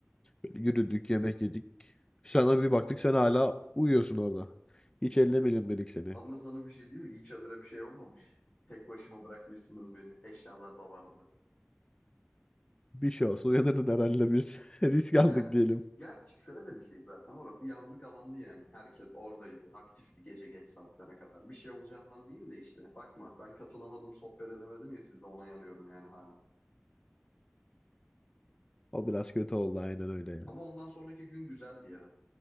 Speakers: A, on the left; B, on the left.
A: Böyle yürüdük yemek yedik. Sana bir baktık sen hala uyuyorsun orada. Hiç ellemeyelim dedik seni.
B: Ama sana bir şey diyeyim mi? İyi çadıra bir şey olmamış. Tek başıma bırakmışsınız beni. Eşyalar da vardı.
A: Bir şey olsa uyanırdın herhalde biz. <laughs> Risk aldık
B: Ger
A: diyelim.
B: Gerçi şöyle bir şey zaten. Orası yazlık alandı yani. Herkes oradaydı. Aktifti gece geç saatlere kadar. Bir şey olacağından değil de işte. Bakma ben katılamadım, sohbet edemedim ya sizle ona yanıyorum yani hala.
A: O biraz kötü oldu aynen öyle ya.
B: Ama ondan sonraki gün güzeldi ya.